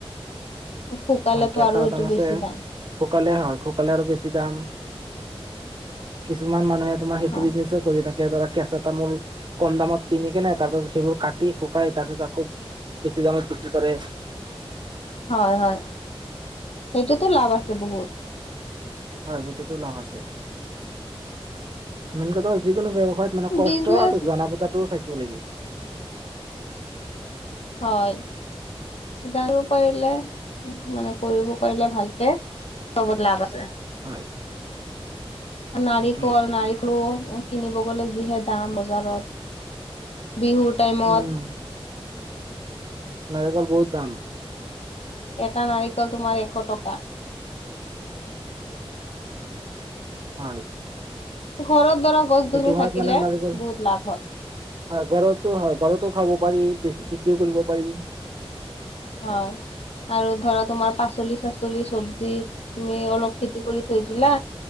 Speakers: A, on the left; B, on the right.
A: শুকালেটো
B: হয় কেঁচাও
A: আৰু এইটো
B: দাম আছে
A: বেছি দাম
B: শুকালে হয় শুকালে আৰু বেছি দাম কিছুমান মানুহে তোৰ সেইটো
A: হয়
B: বিছিনেছটোকৰি থাকে এতিয়া ধৰা কেঁচা তামোল কম দামত কিনি কিনে তাৰপাছত সেইবোৰ কাট শুকাই তাৰপিছত আকৌ বেছি দামত বিক্ৰী কৰে
A: হয় হয় সেইটো কত লাভ আছে বহুত
B: হয় সেই টোটো লাভ আছে মেইনকেটো যিকোনো ব্যৱসাই হয় মানে কষ্ট
A: বিজনেচ
B: আৰু জনা বুজাটো থাকে কৰিব লাগিব
A: হয় জানিব পাৰিলে মানে কৰিব পাৰিলে ভালকে চবত লাভ আছে
B: হয়
A: নাৰিকল
B: সেইটোৱে
A: নাৰিকলো কিনিব গ'লে যিহে দাম বজাৰত বিহু টাইমত
B: উম নাৰিকল বহুত দাম
A: এটা নাৰিকল তোমাৰ এশ টকা
B: হয়
A: ঘৰৰ দৰব গছ
B: সেইটো
A: গছনি
B: সময়ত
A: থাকিলে
B: মানে নাৰিকল
A: বহুত লাভ হয়
B: হয় ঘৰতৰতো হয় ঘৰত ও খাব পাৰি বেছি বিক্ৰীও কৰিব পাৰি
A: হয় আৰু ধৰা তোমাৰ পাচলি চাচলি চব্জী তুমি অলপ কৰি থৈ দিলা
B: হয়